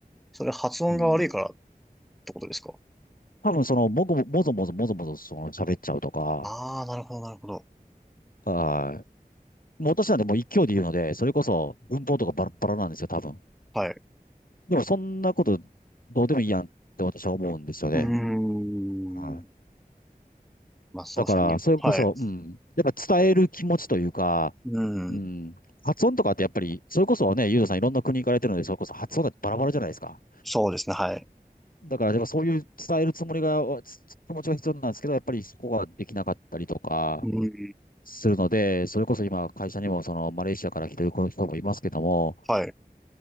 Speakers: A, in the centre; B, on the left (about 65°).
A: それ発音が悪いからっ
B: うん。
A: てことですか
B: 多分その、もごも、もぞもぞもぞもぞその喋っちゃうとか、
A: ああ、なるほど、なるほど。
B: はい。もう私なんてもう一挙で言うので、それこそ文法とかバラバラなんですよ、多分。
A: はい。
B: でもそんなことどうでもいいやんって私は思うんですよね。
A: うーん。
B: はい。
A: まあ、そうですね。
B: だから、それこそ、
A: はい。
B: うん。やっぱ伝える気持ちというか、
A: うん。
B: うん。発音とかってやっぱり、それこそね、ユーザさんいろんな国行かれてるので、それこそ発音だってバラバラじゃないですか。
A: そうですね、はい。
B: だから、やっぱそういう伝えるつもりが、つ気持ちが必要なんですけど、やっぱりそこができなかったりとか
A: うん。
B: するので、それこそ今、会社にもそのマレーシアから来てる子の人もいますけども、
A: はい。